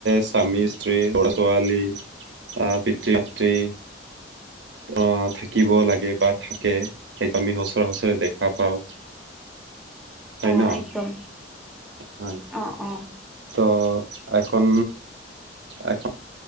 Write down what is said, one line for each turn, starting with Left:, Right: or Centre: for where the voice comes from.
Right: স্বামী-স্ত্ৰী, ল'ৰা-ছোৱালী, আহ, পিতৃ-মাতৃ আহ, থাকিব লাগে বা থাকে, সেইটো আমি সচৰা-সচৰে দেখা পাওঁ। হয়
Centre: অ
Right: ন,
Centre: একদম
Right: হয়।
Centre: অ অ
Right: ত', এখন, এখ